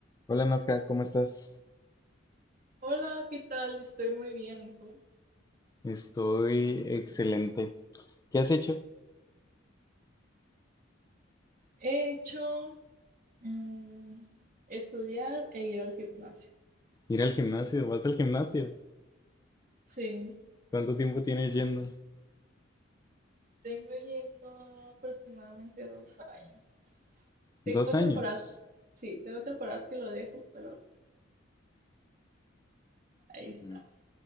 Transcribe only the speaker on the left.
Hola Nadja, ¿cómo estás?
Estoy excelente. ¿Qué has hecho?
Ir al gimnasio, vas al gimnasio.
¿Cuánto tiempo tienes yendo?
Dos años.
Mm,